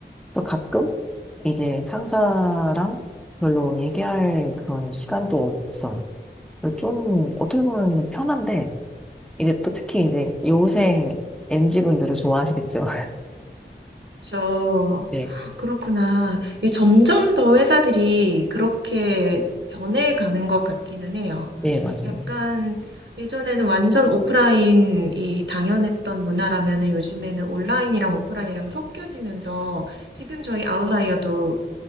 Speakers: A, in the centre; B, on the right (about 75°).
A: 또 가끔 이제 상사랑 별로 얘기할 그런 시간도 없어요. 그래서 좀 어떻게 보면 편한데, 이제 또 특히 이제 요새 MZ분들을 좋아하시겠죠?
B: 그렇죠.
A: <laughs> 네,
B: 그렇구나. 이 점점 더 회사들이 그렇게 변해가는 것 같기는 해요.
A: 네, 맞아요.
B: 약간 예전에는 완전 오프라인이 당연했던 문화라면은 요즘에는 온라인이랑 오프라인이랑 섞여지면서 지금 저희 아웃라이어도